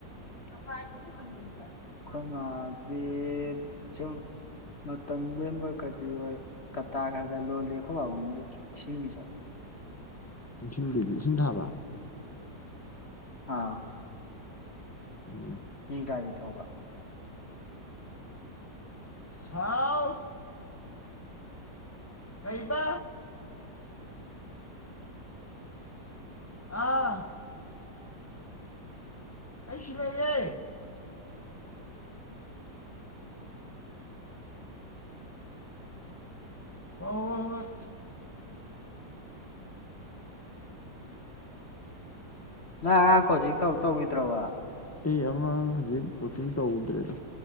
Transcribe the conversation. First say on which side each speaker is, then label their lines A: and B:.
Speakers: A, on the left; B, on the left.
A: ꯑꯈꯣꯢ ꯃꯥꯗꯤ ꯆꯨꯝ ꯃꯇꯝ ꯂꯦꯟꯕ ꯀꯔꯤꯑꯣꯢ ꯀꯇꯥ ꯈꯔ ꯈꯔ ꯂꯣꯜꯂꯤ ꯑꯩꯈꯣꯏ ꯄꯕꯡꯗꯤ ꯏꯁꯤꯡ ꯆꯠ
B: ꯏꯁꯤꯡꯕꯗꯤ ꯏꯁꯤꯡ ꯊꯥꯕ
A: ꯑꯥ
B: ꯎꯝ
A: ꯃꯤ ꯒꯥꯔꯤ ꯊꯧꯕ
B: ꯊꯥꯎ ꯀꯩꯕ ꯑꯥ ꯑꯩ ꯁꯤ ꯂꯩꯌꯦ ꯍ‌ꯣꯍ‌ꯣꯍ‌ꯣꯏ
A: ꯅꯪ ꯑꯉꯥꯡ ꯀꯣꯆꯤꯡ ꯇꯧ ꯇꯧꯈꯤꯗ꯭ꯔꯕ
B: ꯑꯩ ꯑꯉꯥꯡ ꯍꯧꯖꯤꯛ ꯀꯣꯆꯤꯡ ꯇꯧꯗ꯭ꯔꯦꯗ